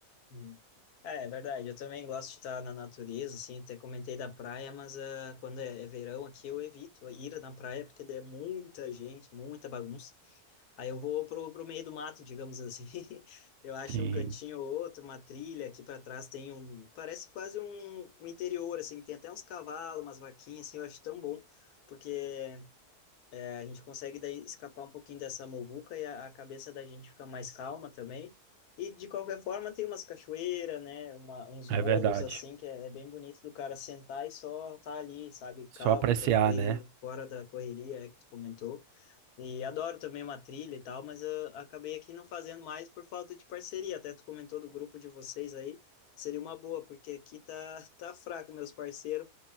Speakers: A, on the left; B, on the right.
A: Hum. É, é verdade, eu também gosto de estar na natureza, assim, até comentei da praia, mas ah, quando é, é verão aqui eu evito ir na praia, porque daí é muita gente, muita bagunça, aí eu vou pro, pro meio do mato, digamos assim, <laughs> eu acho
B: Sim.
A: um cantinho ou outro, uma trilha, aqui para trás tem um, parece quase um, um interior, assim, tem até uns cavalos, umas vaquinhas, assim, eu acho tão bom, porque a gente consegue daí escapar um pouquinho dessa muvuca e a, a cabeça da gente fica mais calma também. E de qualquer forma tem umas cachoeiras, né, uma- uns
B: É
A: morros
B: verdade.
A: assim que é, é bem bonito do cara sentar e só tá ali, sabe, calmo,
B: Só apreciar,
A: tranquilo,
B: né?
A: fora da correria, é que tu comentou. E adoro também uma trilha e tal, mas eu acabei aqui não fazendo mais por falta de parceria. Até tu comentou do grupo de vocês aí, seria uma boa, porque aqui tá <laughs> tá fraco meus parceiros.